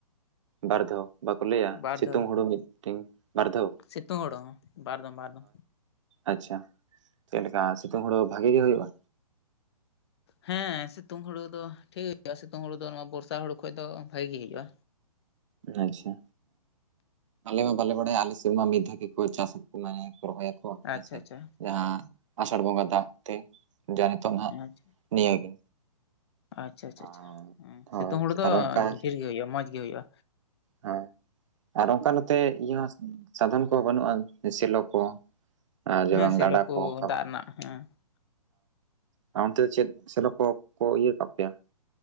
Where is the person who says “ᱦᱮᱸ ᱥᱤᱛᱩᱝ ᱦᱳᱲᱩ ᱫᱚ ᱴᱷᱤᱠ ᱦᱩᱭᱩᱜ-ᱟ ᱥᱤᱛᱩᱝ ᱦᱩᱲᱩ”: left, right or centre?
Left